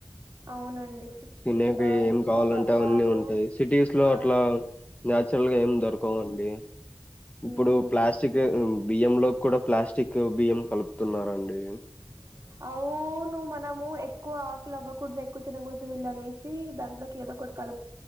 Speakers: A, on the right; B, on the left.
A: అవునండి
B: తినేకి
A: ఆ
B: ఏం
A: ఇంకా
B: కావాలంటే
A: పందాలు
B: అవన్నీ ఉంటాయి సిటీస్ లో
A: ఆ
B: అట్లా నాచురల్ గా ఏం దొరకవండి.
A: హ్మ్
B: ఇప్పుడు ప్లాస్ బియ్యం లో కూడా ప్లాస్టిక్ బియ్యం కలుపుతున్నరూ అండి
A: అవును మనము ఎక్కువ ఆకులి అవ్వకూడదు ఎక్కువ తిన వీళ్ళనేసి దంట్లోకి ఏదో ఒకటి కలు